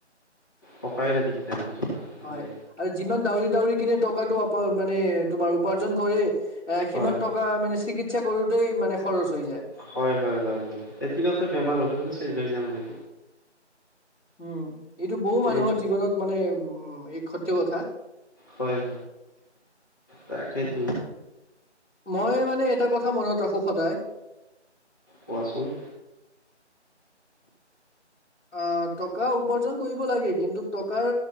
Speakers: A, on the left; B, in the centre.
A: টকাই লাগি থাকে <unintelligible> তোমাৰ। মানে
B: হয়, আৰু যিমান দাউৰি দাউৰি কিনে টকাটো আপ মানে তোমাৰ উপাৰ্জন কৰে আহ,
A: হয়
B: সিমান টকা মানে চিকিৎসা কৰোঁতেই মানে খৰচ হৈ যায়।
A: হয়, হয়। হয়, হয়। এদিনতে বেমাৰ হ'লে মানে চেজ হৈ যায় মানে।
B: উম, এইটো বহু মানুহৰ
A: এই
B: জীৱনত মানে উ <unintelligible> সত্য কথা।
A: হয়। তাকেইতো।
B: মই মানে এটা কথা মনত ৰাখো সদায়
A: কোৱাচোন?
B: অ', টকা উপাৰ্জন কৰিব লাগে, কিন্তু টকাৰ